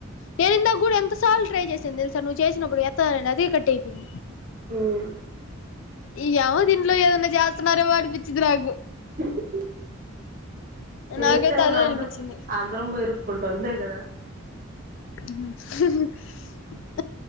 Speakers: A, on the left; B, on the right.
A: నేను ఇందాక కూడా ఎంత సార్లు ట్రై చేసి న తెలుసా నువ్వు చేసినప్పుడు ఎత్తడానికి అదే క ట్టే అయిపోయిం
B: మ్
A: ఇయ ఏమో దీంట్లో ఏదైన్నా చేత్తన్నారో అనిపించిది నాకు
B: హు హుమ్ చేేస్తే
A: నాకైతే
B: ఏం ఉంది
A: అదే
B: అందర్
A: అనిపించింది
B: అందరం పోయి ఇరు కుంటం అంతే కదా
A: హూ హ